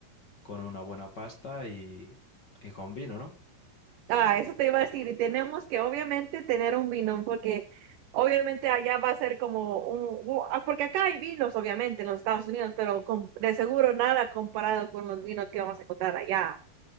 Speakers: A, on the left (about 45°); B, on the right (about 80°).
A: con una buena pasta y, y con vino, ¿no?
B: Ah, eso te iba a decir, y tenemos que obviamente tener un vino, porque obviamente allá va a ser como un, u- ah, porque acá hay vinos, obviamente, en los Estados Unidos, pero con- de seguro nada comparado con los vinos que vamos a encontrar allá.